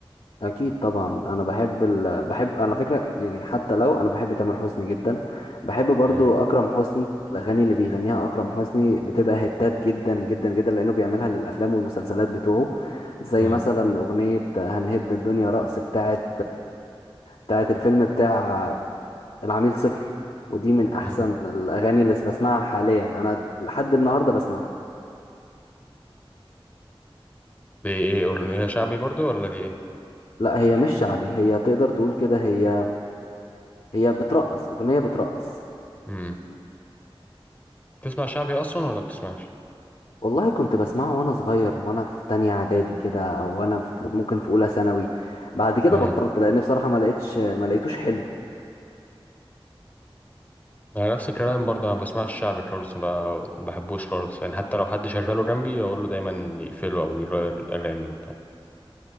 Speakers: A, on the left; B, on the left.
A: أكيد طبعا أنا بحب ال... بحب على فكرة يعني حتى لو أنا بحب تامر حسني جدا بحب برضو
B: امم
A: أكرم حسني الأغاني اللي بيغنيها أكرم حسني بتبقى هتات جدا جدا جدا لأنه بيعملها للأفلام والمسلسلات بتوعه زي
B: امم
A: مثلا أغنية هنهد الدنيا رقص بتاعت بتاعت الفيلم بتاع العميل صفر ودي من احسن
B: أمم.
A: الاغاني اللي بسمعها حاليا انا لحد النهارده بسمعها
B: دي ايه اغنيه شعبي برضو ولا دي ايه
A: لا هي مش شعبي هي تقدر تقول كده هي هي بترقص اغنيه بترقص
B: امم بتسمع شعبي اصلا ولا بتسمعش
A: والله كنت بسمعه وانا صغير وانا في تانية اعدادي كده او وانا في ممكن في اولى ثانوي بعد كده
B: امم
A: بطلت لان بصراحه ما لقيتش ما لقيتوش حلو
B: انا نفس الكلام برضه انا بسمعش شعبي خالص ما بحبوش خالص يعني حتى لو حد شغله جنبي اقول له دايما يقفله او يغير الاغاني وبتاع